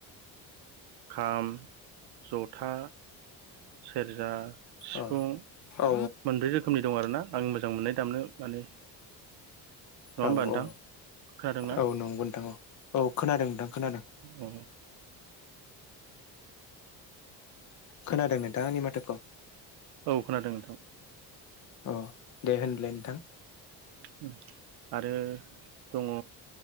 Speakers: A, on the right; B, on the left.
A: खाम, जथा, सेरजा, सिफुं
B: अ औ
A: मोनब्रै रोखोमनि दं आरोना आं मोजां मोननाय दामनो माने नङा होमबा
B: औ
A: नोंथां
B: औ
A: खोनादोंना
B: औ नंगौ नोंथां औ औ खोनादों नोंथां खोनादों
A: औ
B: खोनादों नोंथां आंनि माथोखौ
A: औ खोनादों नोंथां
B: अ दे होनब्लाय नोंथां
A: उम आरो दङ'